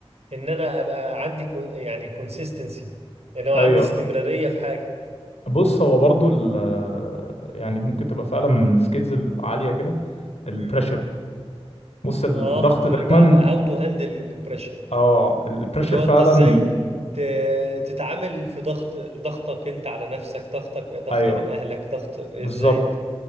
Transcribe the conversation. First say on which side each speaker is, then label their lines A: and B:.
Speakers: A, on the right; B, on the left.
A: ان انا ابقى عندي كو- يعني كونسيستنسي ان هو عندي
B: ايوه
A: استمرارية في حاجة
B: بص هو برضو ال يعني ممكن تبقى فعلا من السكيلز العالية كده البريشر
A: امم
B: بص ال-
A: اه
B: الضغط
A: ان
B: دايما
A: انت هاو تو هاندل بريشر
B: اه البريشر
A: اللي هو
B: فعلا
A: انت ازاي ت- تتعامل في ضغط ضغطك انت على نفسك ضغطك ضغط
B: ايوه
A: من اهلك ضغط ازاي
B: بالظبط